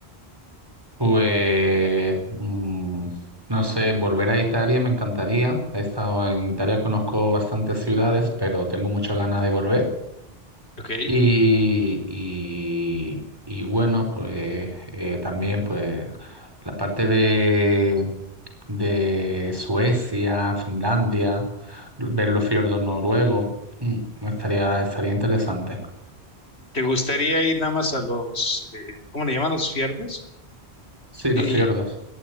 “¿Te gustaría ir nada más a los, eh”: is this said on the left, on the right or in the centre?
Left